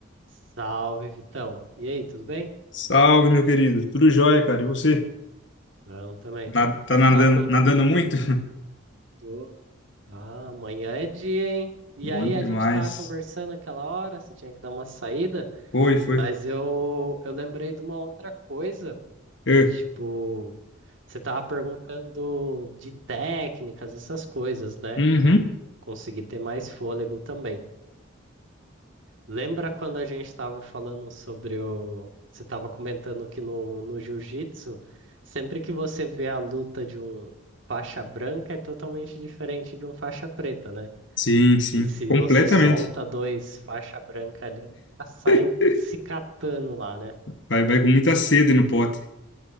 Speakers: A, on the right; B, on the left.
A: Salve, Vitão. E aí, tudo bem?
B: Salve, meu querido. Tudo jóia, cara. E você?
A: Bom também.
B: Na- tá nadando,
A: Tá com.
B: nadando muito? <laughs>
A: Tô. Ah, amanhã é dia, hein? E
B: Bom
A: aí,
B: demais.
A: a gente tava conversando aquela hora, você tinha que dar uma saída,
B: Foi, foi.
A: mas eu, eu lembrei de uma outra coisa
B: É.
A: que, tipo, você tava perguntando de técnicas, essas coisas, né?
B: Uhum.
A: Pra conseguir ter mais fôlego também. Lembra quando a gente estava falando sobre o. Você estava comentando que no, no jiu-jitsu, sempre que você vê a luta de um faixa branca é totalmente diferente de um faixa preta, né?
B: Sim, sim.
A: Que se
B: Completamente.
A: você solta dois faixa branca ali, eles já saem
B: <laughs>
A: se catando lá, né?
B: Vai, vai com muita sede no pote.